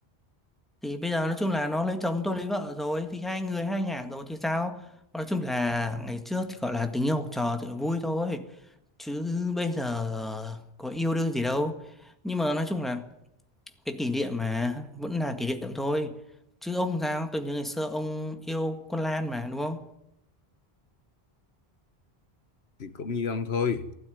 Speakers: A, in the centre; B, on the left.
A: Thì bây giờ nói chung là nó lấy chồng tôi lấy vợ rồi thì hai người hai ngả rồi thì sao? Nói chung là ngày trước thì gọi là tình yêu học trò thì vui thôi. Chứ bây giờ có yêu đương gì đâu. Nhưng mà nói chung là cái kỷ niệm mà vẫn là kỷ niệm thôi. Chứ ông sao? Tôi nhớ ngày xưa ông yêu con Lan mà đúng không?
B: thì cũng như ông thôi